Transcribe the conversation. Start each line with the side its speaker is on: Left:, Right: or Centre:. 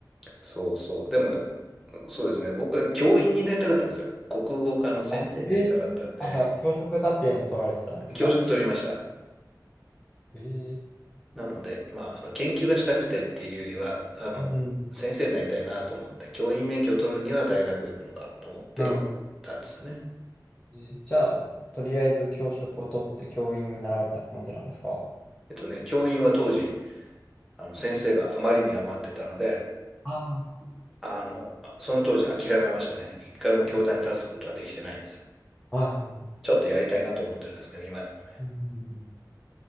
Centre: そうそう。でもね、そうですね。僕は教員になりたかったんですよ。国語科の先生になりたかったので、
Left: あえー、あ、じゃあ、教職課程も取られてたんですか
Centre: 教職取りました。
Left: えー、
Centre: なので、まあ、あの研究がしたくてっていうよりは、あの、
Left: うん。
Centre: 先生になりたいなと思って、教員免許を取るには大学行くのかと思って行ったんですよね。
Left: うん。えーじゃあ、とりあえず教職を取って教員になられた感じなんですか
Centre: えっとね、教員は当時、あの先生があまりに余ってたので、
Left: あ
Centre: あの、その当時諦めましたね。一回も教壇に立つことはできてないんですよ。
Left: あー、はいはいはい。
Centre: ちょっとやりたいなと思ってるんですけど、今でもね。
Left: うんうんうん